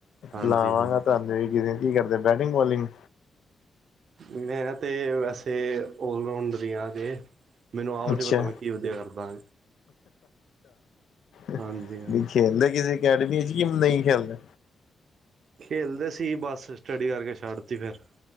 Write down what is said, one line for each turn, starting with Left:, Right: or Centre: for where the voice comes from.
Right: ਹਾਂਜੀ,
Left: ਲਾਵਾਂਗਾ
Right: ਹਾਂਜੀ
Left: ਤੁਹਨੂੰ ਵੀ ਕੀ ਕਰਦੇ ਬੈਟਿੰਗ ਬੋਲਿੰਗ
Right: ਮੈਂ ਤੇ ਵੈਸੇ ਆਲ ਰਾਊਂਡਰ ਹੀ ਹਾਂ ਅਜੇ ਮੈਨੂੰ ਆਹ
Left: ਅੱਛਾ
Right: ਨੀ ਪਤਾ ਮੈਂ ਕੀ ਵਧੀਆ ਕਰਦਾ।
Left: ਨਹੀਂ
Right: ਹਾਂਜੀ, ਹਾਂਜੀ
Left: ਖੇਲਦੇ ਕਿਸੇ ਅਕੈਡਮੀ ਚ ਕਿ ਨਹੀਂ ਖੇਲਦਾ।
Right: ਖੇਲਦੇ ਸੀ ਬਸ ਸਟੱਡੀ ਕਰਕੇ ਛੱਡ ਤ ਫੇਰ